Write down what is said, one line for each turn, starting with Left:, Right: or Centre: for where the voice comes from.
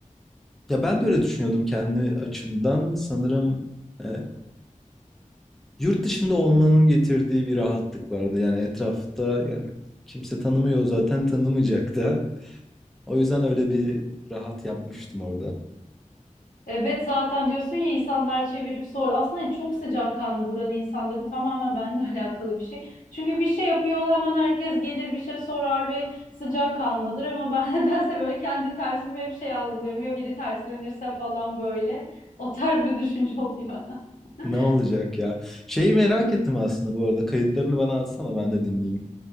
Centre: Ya ben de öyle düşünüyordum kendi açımdan. Sanırım e, yurt dışında olmanın getirdiği bir rahatlık vardı. Yani etrafta yani kimse tanımıyor zaten tanımayacak da. O yüzden öyle bir rahat yapmıştım orada.
Left: Evet zaten diyorsun ya insanlar çevirip sor. Aslında çok sıcakkanlı buranın insanları. Bu tamamen benimle <laughs> alakalı bir şey. Çünkü bir şey yapıyor hemen herkes gelir bir şey sorar ve sıcakkanlıdır. Ama ben <laughs> nedense böyle kendi tersimi hep şey algılıyorum. Ya biri terslenirse falan böyle. O tarz bir düşünce oluyor.
Centre: Ne
Left: <laughs>
Centre: olacak ya? Şeyi merak ettim aslında bu arada. Kayıtlarını bana atsana ben de dinleyeyim.